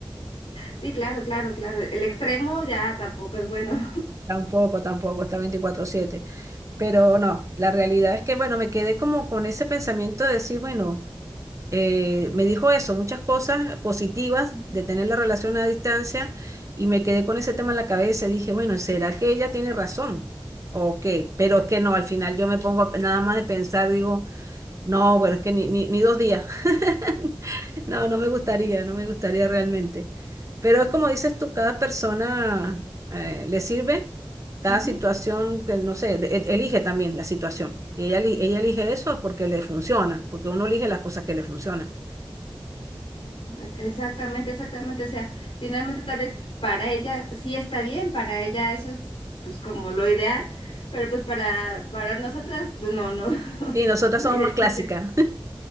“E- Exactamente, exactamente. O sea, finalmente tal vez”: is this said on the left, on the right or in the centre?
Left